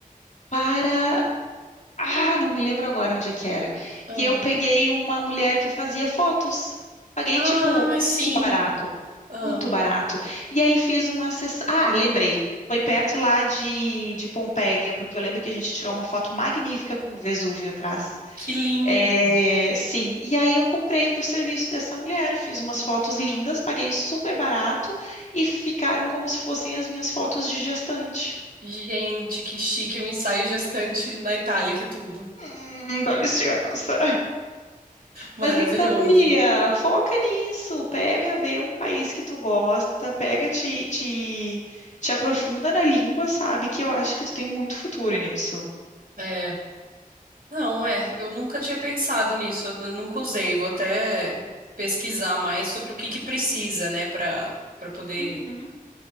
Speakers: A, on the left (about 55°); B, on the right (about 75°).
A: para, ah, não me lembro agora onde é que era. E
B: ah.
A: eu peguei uma mulher que fazia fotos. Paguei
B: Ah,
A: tipo muito
B: sim.
A: barato,
B: Ah,
A: muito barato. E aí fiz uma sessão, ah, lembrei. Foi perto lá de, de Pompeia, porque eu lembro que a gente tirou uma foto magnífica com o Vesúvio atrás.
B: que lindo.
A: É, sim, e aí eu comprei o serviço dessa mulher, fiz umas fotos lindas, paguei super barato e ficaram como se fossem as minhas fotos de gestante.
B: Gente, que chique, um ensaio gestante na Itália, que tudo.
A: Hum, dá licença.
B: Maravilhoso.
A: Mas então, guria, foca nisso, pega, vê um país que tu gosta, pega, te, te, te aprofunda na língua, sabe? Que eu acho que tu tem muito futuro nisso.
B: É. Não, é, eu nunca tinha pensado nisso, eu nu- nunca usei. Vou até pesquisar mais sobre o que que precisa, né, para para poder
A: Uhum.